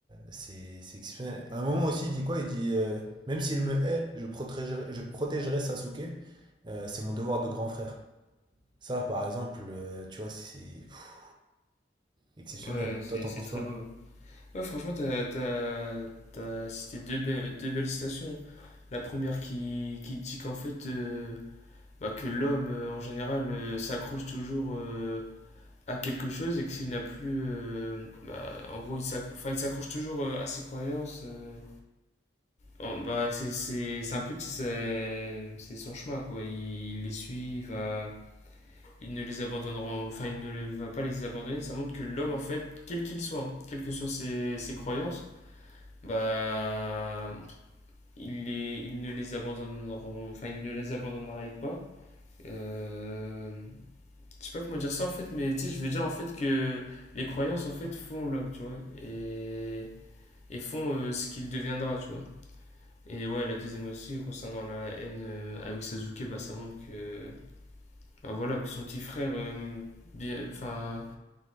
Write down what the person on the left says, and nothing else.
Ouais, c'est
c'est
très
beau. Ouais, franchement, t'as, t'as, t'as cité deux belles, deux belles citations. La première qui, qui dit qu'en fait, euh, bah, que l'homme euh, en général euh, s'accroche toujours euh, à quelque chose et que s'il n'a plus. euh, bah, en gros, il s'acc- enfin, il s'accroche toujours euh, à ses croyances. euh. Oh, bah, c'est c'est- c'est un petit. C'est c'est son chemin, quoi. Il, il les suit, il, va, il ne les abandonnera. Enfin, il ne le- va pas les abandonner. Ça montre que l'homme, en fait, quel qu'il soit, hein, quelles que soient ses, ses croyances, bah. Il, les, il ne les abandonneront. Enfin, il ne les abandonnerait pas. Euh, je sais pas comment dire ça en fait, mais tu sais, je veux dire en fait que les croyances en fait font l'homme, tu vois, et, et font euh, ce qu'il deviendra, tu vois. Et ouais, la deuxième aussi, concernant la haine euh, avec Sasuke, bah ça montre que, bah, voilà, que son petit frère, euh, bien, enfin,